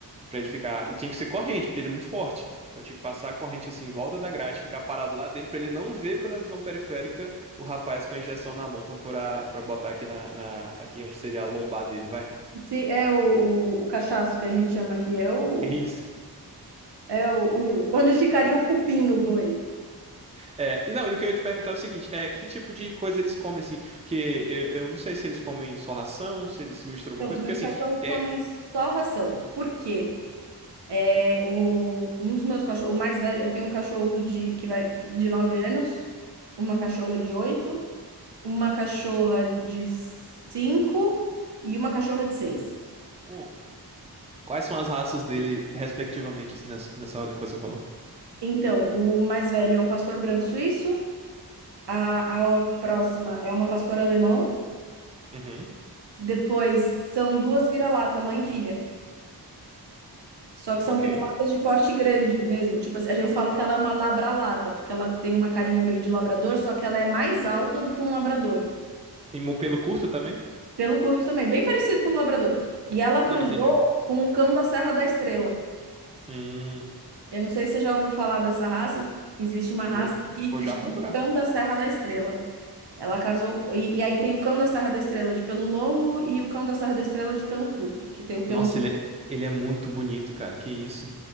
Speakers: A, on the right; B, on the right.
A: Pra ele ficar. E tinha que ser corrente, porque ele é muito forte. Então tinha que passar a corrente assim em volta da grade, ficar parado lá dele, pra ele não ver pela visão periférica o rapaz com a injeção na mão pra furar, para botar aqui na, na- aqui onde seria a lombar dele, vai.
B: Sim, é o, o, o cachaço que a gente chama aqui, é o,
A: É isso.
B: é o, o- onde ficaria o cupim no boi.
A: É, e não, e o que eu ia te perguntar é o seguinte, é que tipo de coisa eles comem assim? Porque eu, eu não sei se eles comem só ração, se eles misturam
B: Então,
A: alguma coisa,
B: meus
A: porque assim,
B: cachorros comem
A: é,
B: só ração. Por quê? É, o, um dos meus cachorros, o mais velho, eu tenho um cachorro de, que vai, de 9 anos, uma cachorra de oito uma cachorra de 5 e uma cachorra de seis.
A: hum, quais são as raças dele respectivamente assim nessa, nessa ordem que você falou?
B: Então, o mais velho é um pastor branco suíço, a, a próxima é uma pastora alemão,
A: Uhum,
B: depois são duas vira-lata, mãe e filha. Só que são
A: ok.
B: vira-latas de porte grande mesmo. Tipo assim, eu falo que ela é uma labralata, porque ela tem uma carinha meio de labrador, só que ela é mais alta do que um labrador.
A: E mo- pelo curto também?
B: Pelo curto também, bem parecido com o labrador. E ela cruzou
A: Ah, entendi.
B: com um cão da Serra da Estrela.
A: Hum,
B: Eu não sei se você já ouviu falar dessa raça. Existe uma raça
A: vou,
B: aqui
A: vou
B: que
A: já
B: chama
A: procurar.
B: cão da Serra da Estrela. Ela casou. E, e aí tem o cão da Serra da Estrela de pelo longo e o cão da Serra da Estrela de pelo curto, que tem o pelo
A: Nossa,
B: um
A: ele é, ele é muito bonito, cara. Que isso?